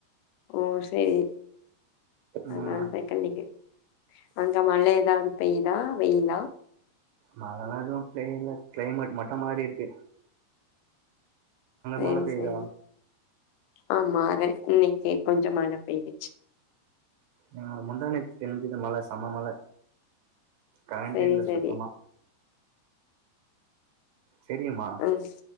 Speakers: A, on the left; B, on the right.
A: ஓ சேரி
B: ம்
A: அதா சை கண்டிக்கு அங்க மழ எதாவது பெயுதா வெயிலா
B: மழலா எதுவு பெய்ல கிளைமேட் மட்டோ மாரிருக்கு
A: சேரி
B: மழ பெய்யுதா
A: சேரி ஆமா அத இன்னிக்கு கொஞ்சோ மழ பெய்துச்சு
B: அ முந்தா நேத்து பேஞ்சுது மழ செம மழ கரண்டே
A: சரி
B: இல்ல
A: சரி
B: சுத்தமா செரியுமா
A: ம்